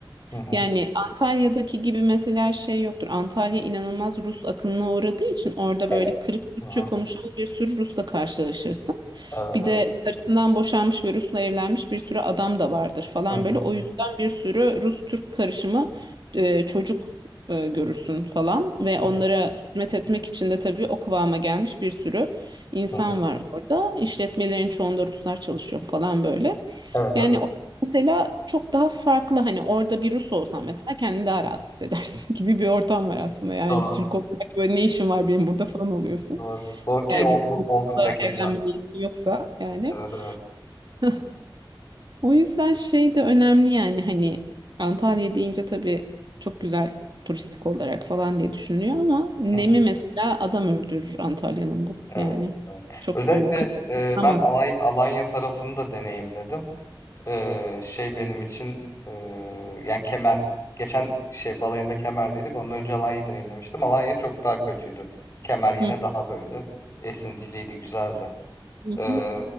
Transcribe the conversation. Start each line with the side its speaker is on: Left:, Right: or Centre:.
Left: hı hı.
Right: Yani Antalya'daki gibi mesela şey yoktur. Antalya inanılmaz Rus akınına uğradığı için orada
Left: Evet.
Right: böyle kırık Türkçe
Left: Hı hı.
Right: konuşan bir sürü Rus'la karşılaşırsın.
Left: Evet,
Right: Bir
Left: evet.
Right: de karısından boşanmış ve Rus'la evlenmiş bir sürü adam da vardır falan
Left: Hı hı.
Right: böyle. O yüzden bir sürü Rus-Türk karışımı e, çocuk e, görürsün falan ve onlara
Left: Evet.
Right: hizmet etmek için de tabii o kıvama gelmiş bir sürü insan
Left: Hı hı.
Right: var orada. İşletmelerin çoğunda Ruslar çalışıyor falan böyle.
Left: Evet,
Right: Yani
Left: evet.
Right: Mesela çok daha farklı hani orada bir Rus olsan mesela kendini daha rahat hissedersin <laughs> gibi bir ortam var aslında. Yani
Left: Doğru.
Right: bir Türk olarak böyle ne işin var benim burada falan oluyorsun.
Left: Doğru. Doğru ki
Right: Eğer
Left: oldu,
Right: gidip Rus'la
Left: olduk da keza.
Right: evlenme niyetin yoksa yani.
Left: Evet evet.
Right: <laughs> O yüzden şey de önemli yani hani Antalya deyince tabii çok güzel turistik olarak falan diye düşünülüyor ama Nemi
Left: Hı hı.
Right: mesela adam öldürür Antalya'nın da
Left: Evet.
Right: yani.
Left: evet.
Right: Çok
Left: Özellikle
Right: böyle kıt
Left: e,
Right: ama.
Left: ben Alay, Alanya tarafını da deneyimledim. E, şey benim için e, yani Kemer geçen şey balayında Kemer'deydik. Ondan önce Alanya'yı deneyimlemiştim. Alanya çok daha kötüydü. Kemer yine
Right: Hı,
Left: daha böyle esintiliydi, güzeldi.
Right: hı,
Left: E,
Right: hı.